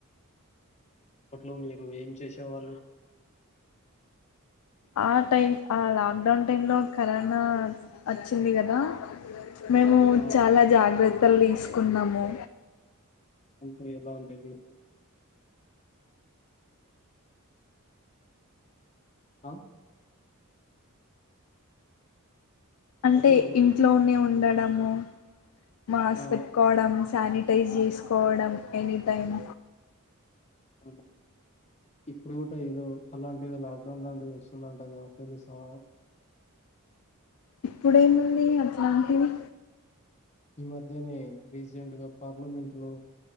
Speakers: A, on the left; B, on the left.
A: అప్పట్లో మీరు ఏం చేసే వాళ్ళు
B: ఆ టైమ్ ఆ లాక్డౌన్ టైమ్ లో కరోనా వచ్చింది కదా మేము
A: ఆ
B: చాలా జాగ్ర తలు తీసుకున్నాము
A: అంటే ఎలా ఉంటది? హాఁ
B: అంటే
A: హలో
B: ఇంట్లోనే ఉం ఉండడము. మాస్క్
A: ఆ
B: పెట్కోవడం సాని టైజ్ చేసుకోవడం ఎనీ టైమ్
A: ఆఁ ఇప్పుడు కూట ఏదో అలాంటిదే లాక్డౌన్ లాంటిది వస్తుందంటగా తెలుసా?
B: ఇప్పుడేముంది అట్లాంటివి!
A: ఈ మధ్యనే రీసెంట్ గా పార్లమెంట్ లో